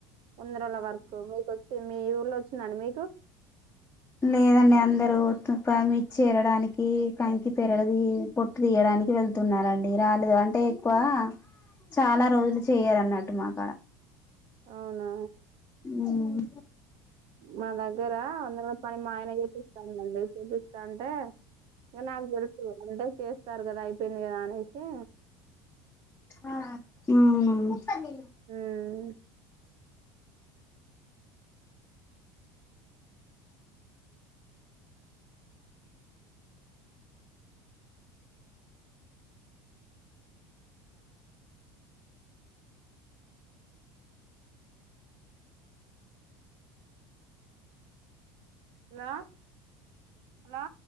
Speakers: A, on the right; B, on the left.
A: ఉందరల వరకు మీకు వచ్చి మీ ఊర్లో వచ్చిందండి మీకు
B: లేదండి అందరు తు మిర్చి చేరడానికి కంకి తెరదు పొట్టు తీయడానికి వెళ్తున్నారండి రాలేదు అంటే ఎక్కువ చాలా రోజులు చేయరు అన్నట్టు మాకడ
A: అవునా
B: ఉమ్
A: మా దగ్గర వంద పని మా ఆయన చేపిస్తానుండి చేపిస్తా అంటే ఇంకా నాకు తెరుతు అంటే చేస్త వస్తారు కదా అయిపోయింది కదా అనేసి
B: ఆ ఉమ్ నీ
A: ఉమ్. Hello hello